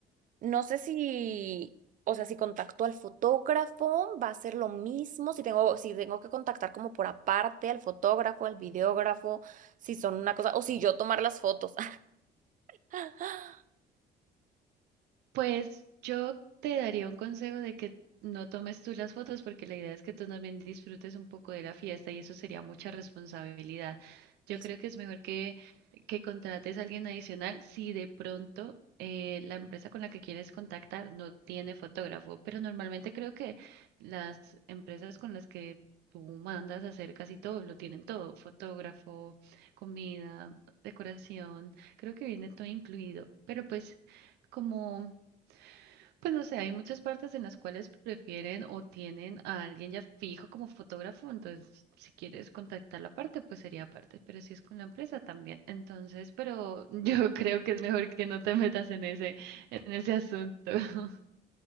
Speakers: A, on the right (about 50°); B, on the right (about 75°).
A: no sé si, o sea, si contacto al fotógrafo va a ser lo mismo, si tengo, si tengo que contactar como por aparte al fotógrafo, al videógrafo, si son una cosa, o si yo tomar las fotos. <laughs>
B: Pues yo te daría un consejo de que no tomes tú las fotos porque la idea es que tú también disfrutes un poco de la fiesta y eso sería mucha responsabilidad. Yo
A: Eso.
B: creo que es mejor que, que contrates a alguien adicional si de pronto eh, la empresa con la que quieres contactar no tiene fotógrafo, pero normalmente creo que las empresas con las que tú mandas a hacer casi todo, lo tienen todo, fotógrafo, comida, decoración, creo que viene todo incluido, pero pues como pues no sé, hay muchas partes en las cuales prefieren o tienen a alguien ya fijo como fotógrafo, entonces si quieres contactar la parte, pues sería aparte, pero si es con la empresa también. Entonces, pero yo <laughs> creo que es mejor que no te metas en ese, en ese asunto. <laughs>